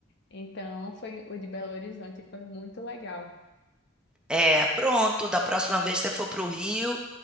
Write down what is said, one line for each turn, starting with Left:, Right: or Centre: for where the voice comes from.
Left: Então, foi o de Belo Horizonte, foi muito legal.
Centre: É, pronto, da próxima vez que você for para o Rio,